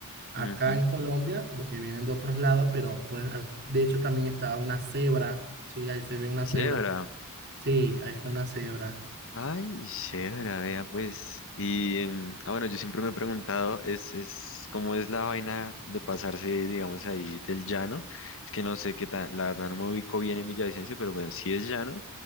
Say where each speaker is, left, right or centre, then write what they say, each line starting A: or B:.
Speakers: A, on the right; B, on the left.
A: acá
B: Ujú.
A: en Colombia, porque vienen de otros lados, pero pues, a- de hecho también está una cebra, sí, ahí se ve una
B: Chévere.
A: cebra, sí, ahí está una cebra.
B: Ay, chévere, vea, pues. Y em, ah, bueno, yo siempre me he preguntado, es, es, ¿cómo es la vaina de pasarse, digamos, ahí del llano? Es que no sé qué tan, la verdad no me ubico bien en Villavicencio, pero bueno, si es llano,